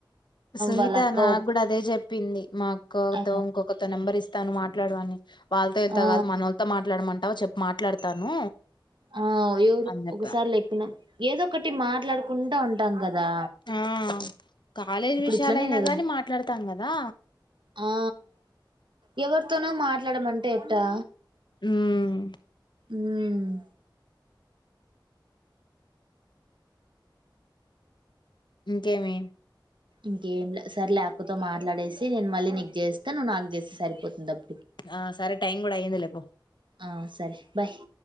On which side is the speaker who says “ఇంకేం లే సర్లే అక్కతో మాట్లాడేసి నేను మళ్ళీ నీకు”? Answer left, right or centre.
Right